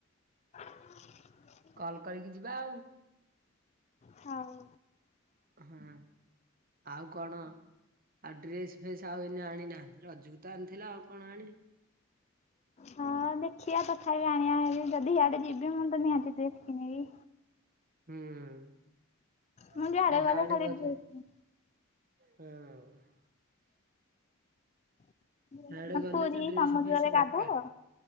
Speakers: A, on the left (about 30°); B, on the right (about 40°).
A: <inaudible>
B: କଲ୍ କରିକି ଯିବା ଆଉ।
A: ହଉ।
B: ହଁ ଆଉ କଣ? ଆଉ ଡ୍ରେସ ଫ୍ରେସ ଆଉ ଏଇନା ଆଣିନା ରଜକୁତ ଆଣିଥିଲେ ଆଉ କଣ ଆଣିବେ।
A: ହଁ ଦେଖିବା ତଥାପି ଆଣିବା ହେରି ହେବ ଯଦି ଇଆଡେ ଯିବି ମୁ ତ ନିହାଛି ଡ୍ରେସ କିଣିବି।
B: ହୁଁ
A: ମୁଁ ଯୁଆଡେ
B: ହାଡେ
A: ଖାଲି
B: ଗଲେ।
A: ଡ୍ରେସ
B: ହୁଁ।
A: <inaudible>
B: ହାଡେ ଗଲେ
A: ପୁରୀ
B: ତ ଡ୍ରେସ
A: ସମୁଦ୍ରରେ
B: ଫେସ୍ ଦରକାର।
A: ଗାଧାଅ